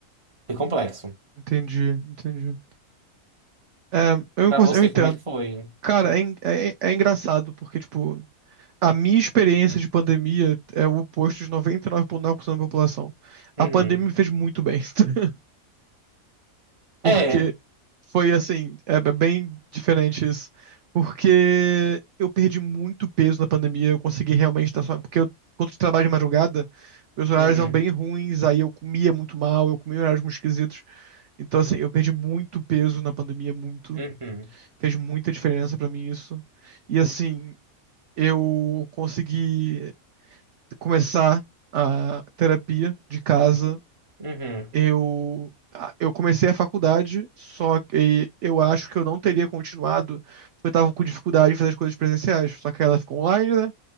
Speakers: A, on the right (about 25°); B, on the right (about 65°).
A: foi complexo.
B: entendi, entendi. É, eu,
A: Para
B: encon-
A: você,
B: eu entendo.
A: como é que foi?
B: Cara, é, en- é, é engraçado, porque, tipo, A minha experiência de pandemia é o oposto de noventa e nove vírgula nove por cento da população.
A: Uhum.
B: A pandemia me fez muito bem, <laughs> porque
A: É.
B: foi assim, é bem diferente isso. Porque eu perdi muito peso na pandemia, eu consegui realmente estar só. Porque eu, quando eu trabalho de madrugada, meus horários
A: Uhum.
B: eram bem ruins, aí eu comia muito mal, eu comia horários muito esquisitos. Então, assim, eu perdi muito peso na pandemia, muito.
A: Uhum.
B: Fez muita diferença pra mim isso. E, assim, eu consegui começar a terapia de casa,
A: Uhum.
B: eu eu comecei a faculdade, só que eu acho que eu não teria continuado, porque eu tava com dificuldade em fazer as coisas presenciais, só que ela ficou online, né?